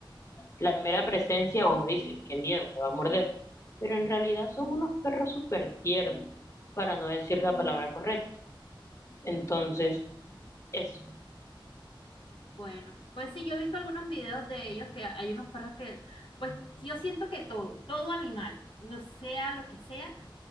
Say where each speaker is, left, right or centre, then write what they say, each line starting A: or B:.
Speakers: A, on the left; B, on the left.
A: La mera presencia uno dice, qué miedo, que va a morder. Pero en realidad son unos perros súper tiernos, para no decir la palabra correcta. Entonces, eso.
B: Bueno, pues sí, yo he visto algunos videos de ellos que hay unos perros que, pues yo siento que todo, todo animal, no sea lo que sea,